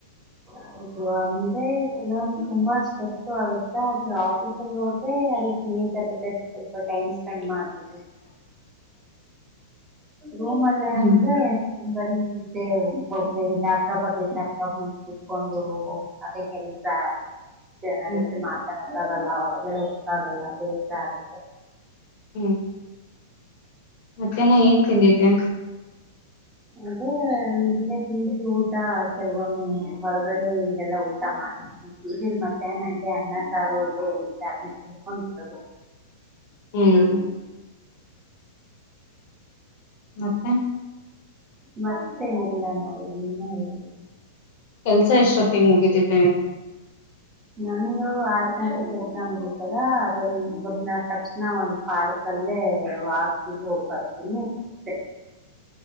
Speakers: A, on the right; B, on the left.
A: ಹೌದು ಅಂದ್ರೆ ಕೆಲೋ ತುಂಬಾ ಕಷ್ಟ ಆಗುತ್ತ ಅದೇ ಆಫೀಸಲ್ಲಿ ಹೋದ್ರೆ ಅಲ್ಲಿ ನೀಟ್ ತ ಸ್ವಲ್ಪ ಟೈಮ್ ಸ್ಪೆಂಡ್ ಮಾಡ್ಬದು. ರೂಮ್ ಅಲ್ಲ
B: ಹ್ಮ್
A: ಅಂದ್ರೆ ಬರಿ ಇದೆ ಲ್ಯಾಪ್ಟಾಪ್ ಅ ಕುತ್ಕೊಂಡು ಅದೇ ಕೆಲಸ ಜನ
B: ಹ್ಮ್
A: ಜೊತೆ ಮಾತಾಡದು ಆಗಲ್ಲ ಹೊರಗಡೆ ಹೋಗಕ ಆಗಲ್ಲ ಬೇಸರ ಆಗುತ್ತೆ
B: ಹ್ಮ್ ಮಧ್ಯಾನ ಏನ್ ತಿಂದಿದ್ದೆ.
A: ಅದೇ ಇಲ್ಲೆ ಪಿಜಿ ಊಟ ಕೆಲ್ವೊಮ್ಮೆ ಹೊರಗಡೆ ಹಿಂಗೆ ಊಟ ಮಾಡ್ತೀವಿ ಪಿಜಿಲೀ ಮಧ್ಯಾಹ್ನ ಇದೆ ಅನ್ನ ಸಾರು ಇದೆ ಇರುತೆ ಅದ್ನೆ ತಿನ್ಕೊಂಡು ಬರೋದು.
B: ಹ್ಮ್. ಮತ್ತೆ.
A: ಮತ್ತೆನ ಇಲ್ಲಾ ನೋಡು ನೀನೆ ಹೇಳ್ಬೇಕು.
B: ಕೆಲ್ಸ ಎಷ್ಟೊತ್ತಿಗೆ ಮುಗೀತೈತಿ
A: ನಂದು ಆರ್. ಗಂಟೆಗ್ ಕೆಲಸ ಮುಗೀತದ ಅದ ಮುಗದನ ತಕ್ಷಣ ಒಂದ್ ಪಾರ್ಕ್ ಅಲ್ಲೇ ವಾಕ ಹೋಗ ಬರ್ತೀನಿ ಅಷ್ಟೇ